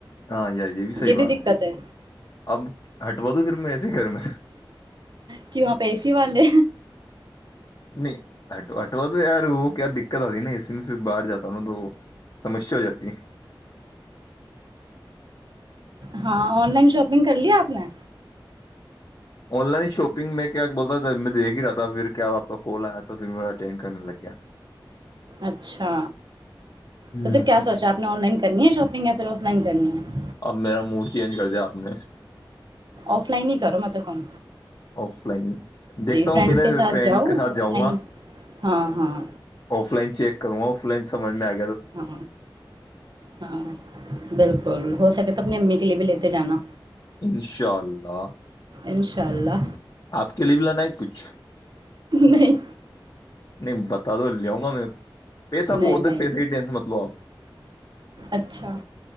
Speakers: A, on the left; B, on the right.
A: ہاں یار صحیح
B: یہ
A: بات
B: بھی دقت ہے
A: اب ہٹوا دوں پھر میں ایس ہی گھر میں
B: کی آ پ ایسی والے
A: نہیںٹ آٹوت <inaudible> یار وہ کیا دکھ دقت آتی نا اسی میں پھر باہر جاتا ہوں نا تو سمسیا ہو جاتی ہے
B: ہاں آن لائن شاپنگ کر لیا آپ نے
A: آن لائن شاپنگ میںیک کیا بولتا تھا میں دیکھ ہی رہا تھا پھر کیا آپ کا کال آیا تھا تو پھر ما اٹینین کر لگ گیا
B: اچھا
A: ہوں
B: تو پھر کیا سوچا آپ نے آن لائن کرنی ہے شاپنگ یا پھر آف لائننی ہے
A: اب میرا موڈ چینج کر دیا آپ نے
B: آف لائن ہی کرو میںط توب کم
A: آف لائن دیکھتا ہوں
B: فرینڈس
A: پہلے
B: کے ساتھ
A: فرینڈ
B: جاؤ
A: کے ساتھ
B: آف
A: جاؤں
B: لائن
A: گا
B: ہاں ہاں
A: آف لائن چیک کروں آف لنمج میں آے
B: ہاں ہاں بالکل ہو سکے تو اپنی امی کے لیے بھی لیتے جانا
A: اشاء اللہ
B: انشاء اللہ
A: آپ کے لیے بھی لانا ہے کچھ
B: نہیں
A: نہیں بتا دو لیاؤں گا میں پیسہ
B: نہیں
A: بہت
B: نہیں
A: ہے پیسے کی ٹینشن مت لو آپ
B: اچھا